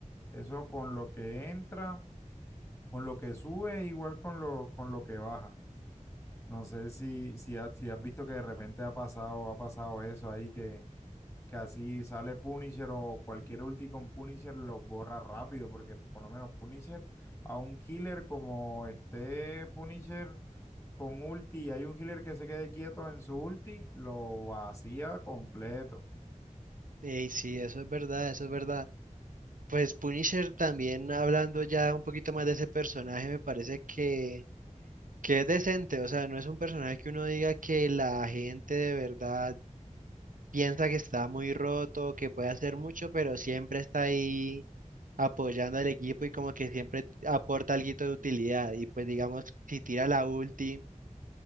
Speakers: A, on the left; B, on the right.
A: Eso con lo que entra, con lo que sube, igual con lo, con lo que baja. No sé si, si, ha- si has visto que de repente ha pasado, ha pasado eso ahí, que, que así sale Punisher o cualquier ulti con Punisher lo borra rápido, porque por lo menos Punisher a un healer como esté Punisher con ulti y hay un healer que se quede quieto en su ulti, lo vacía completo.
B: y sí, eso es verdad, eso es verdad. Pues Punisher también, hablando ya un poquito más de ese personaje, me parece que, que es decente, o sea, no es un personaje que uno diga que la gente de verdad piensa que está muy roto, que puede hacer mucho, pero siempre está ahí apoyando al equipo y como que siempre aporta algo de utilidad. Y pues digamos, si tira la ulti.